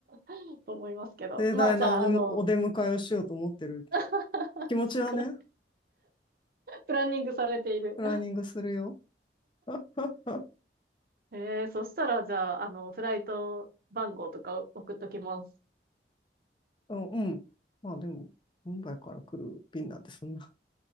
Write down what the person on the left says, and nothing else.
盛大なお、
お出迎えをしようと思ってる。
気持ちはね、
プランニングするよ。<laughs>
うん、うん。まあでも、ムンバイから来る便なんで、そんな